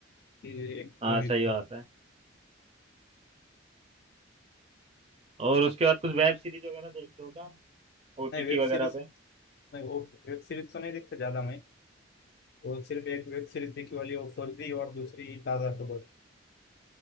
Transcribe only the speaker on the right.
हाँ,
सही
बात है और उसके बाद कुछ वेब सीरीज वगैरह देखते हो क्या ओटीटी
वगैरह
पे